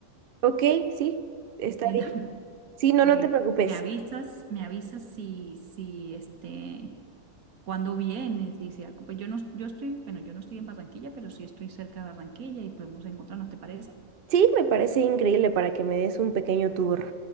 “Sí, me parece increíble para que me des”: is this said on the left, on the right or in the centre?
Right